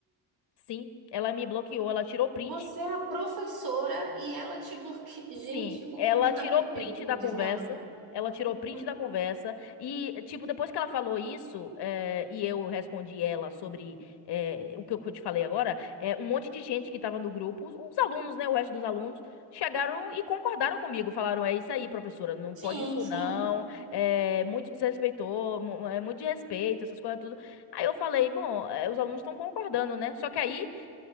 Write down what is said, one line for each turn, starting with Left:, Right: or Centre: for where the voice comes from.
Left: Sim, ela me bloqueou. Ela tirou print.
Right: você é a professora e ela te bloqueia. <laughs> Gente,
Left: Sim,
Right: o
Left: ela
Right: mundo
Left: tirou
Right: tá perdido,
Left: print
Right: como
Left: da conversa.
Right: diz minha mãe.
Left: Ela tirou print
Right: Hum.
Left: da conversa. E, tipo, depois que ela falou isso, eh, e eu respondi ela sobre eh, o que eu que eu te falei agora, eh, um monte de gente que tava no grupo, os alunos, né? O resto dos alunos, chegaram e concordaram comigo. Falaram: é isso aí, professora, não
Right: Sim,
Left: pode isso
Right: sim,
Left: não. É muito desrespeitou, mu- é muito de respeito, essas coisas tudo. Aí eu falei: bom, eh, os alunos estão concordando, né? Só que aí.